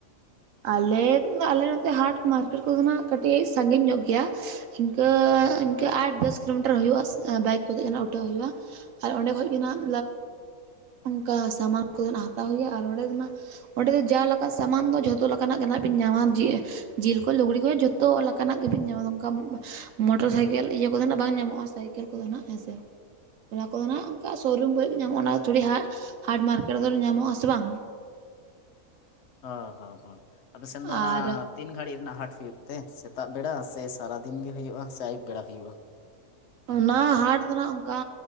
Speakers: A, on the right; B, on the left.
A: ᱟᱞᱮ ᱟᱞᱮ ᱱᱚᱛᱮ ᱦᱟᱴ ᱢᱟᱨᱠᱮᱴ ᱠᱚᱫᱚ ᱱᱟᱜ ᱠᱟᱹᱴᱤᱡ ᱥᱟᱺᱜᱤᱧ ᱧᱚᱜ ᱜᱮᱭᱟ᱾ ᱤᱱᱠᱟᱹ ᱤᱱᱠᱟᱹ ᱟᱴ ᱫᱚᱥ ᱠᱤᱞᱳᱢᱤᱴᱟᱨ ᱦᱩᱭᱩᱜᱼᱟ᱾ ᱵᱟᱭᱤᱠ ᱠᱚᱛᱮ ᱜᱮ ᱦᱟᱸᱜ ᱩᱴᱷᱟᱹᱣ ᱦᱩᱭᱩᱜᱼᱟ᱾ ᱟᱨ ᱚᱸᱰᱮ ᱠᱷᱚᱡ ᱜᱮ ᱦᱟᱸᱜ ᱚᱱᱠᱟ ᱥᱟᱢᱟᱱ ᱠᱚᱫᱚ ᱟᱸᱱᱟᱜ ᱦᱟᱛᱟᱣ ᱦᱩᱭᱩᱜᱼᱟ ᱾ ᱟᱨ ᱚᱸᱰᱮ ᱫᱚ ᱦᱟᱸᱜ ᱚᱸᱰᱮ ᱫᱚ ᱡᱟ ᱞᱮᱠᱟᱱᱟᱜ ᱥᱟᱢᱟᱱ ᱫᱚ ᱡᱷᱚᱛᱚ ᱞᱮᱠᱟᱱᱟᱜ ᱜᱮ ᱦᱟᱸᱜ ᱵᱤᱱ ᱧᱟᱢᱟ ᱾ ᱡᱮ ᱡᱤᱞ ᱠᱚ ᱞᱩᱜᱽᱲᱤ ᱠᱚᱦᱚᱸ ᱡᱚᱛᱚ ᱞᱮᱠᱟᱱᱟᱜ ᱜᱮᱵᱚᱱ ᱧᱟᱢᱟ ᱱᱚᱝᱠᱟ ᱢᱚᱴᱚᱨ ᱥᱟᱭᱠᱮᱞ ᱤᱭᱟᱹ ᱠᱚᱫᱚ ᱟᱸᱱᱟᱜ ᱵᱟᱝ ᱧᱟᱢᱚᱜᱼᱟ ᱥᱟᱭᱠ ᱠᱷᱮᱞ ᱠᱚᱫᱚ ᱱᱟᱦᱟᱜ ᱦᱸᱥᱮ ᱚᱱᱟ ᱠᱚᱫᱚ ᱱᱟᱦᱟᱜ ᱚᱱᱠᱟ ᱥᱳᱨᱩᱢ ᱵ ᱜᱮ ᱧᱟᱢᱚᱜᱼᱟ ᱚᱱᱟ ᱫᱚ ᱛᱷᱚᱲᱤ ᱦᱟᱴ ᱢᱟᱨᱠᱮᱴ ᱠᱚ ᱨᱮᱫᱚ ᱧᱟᱢᱚᱜ ᱟᱥᱮ ᱵᱟᱝ
B: ᱚ ᱦᱚᱸᱼᱦᱚᱸ ᱟᱯᱮ ᱥᱮᱱ ᱫᱚ ᱚᱱᱟ
A: ᱟᱨ
B: ᱛᱤᱱ ᱜᱷᱟᱹᱲᱤᱡ ᱨᱮᱱᱟᱜ ᱦᱟᱴ ᱦᱩᱭᱩᱜ ᱛᱮ ᱥᱮᱛᱟᱜ ᱵᱮᱲᱟ ᱥᱮ ᱥᱟᱨᱟ ᱫᱤᱱ ᱜᱮ ᱦᱩᱭᱩᱜᱼᱟ ᱥᱮ ᱟᱹᱭᱩᱵ ᱵᱮᱲᱟ ᱦᱩᱭᱩᱜᱼᱟ?
A: ᱚᱱᱟ ᱦᱟᱴ ᱫᱚ ᱦᱟᱜ ᱚᱱᱠᱟ